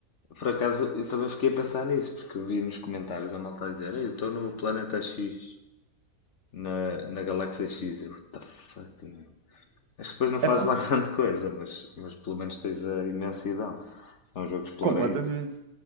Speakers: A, on the left (about 55°); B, on the right (about 75°).
A: Por acaso, eu também fiquei a pensar nisso, porque eu vi nos comentários a malta a dizer: "Ei, eu estou no planeta X, na, na galáxia X. Eu, what the fuck, meu? Acho que depois não faz
B: É pá,
A: lá
B: sim,
A: <laughs> grande coisa, mas, mas pelo menos tens a imensidão. É um jogo que explora
B: completamente.
A: isso.